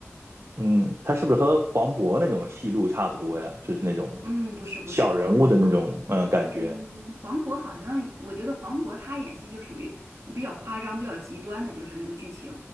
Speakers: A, on the right; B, on the right.
A: 嗯，他是不是和黄渤那种戏路差不多呀？就是那种
B: 嗯，不是不是，
A: 小人物的那种呃感觉。
B: 黄嗯，黄渤好像，我觉得黄渤他演戏就属于比较夸张、比较极端的，就是他那个剧情。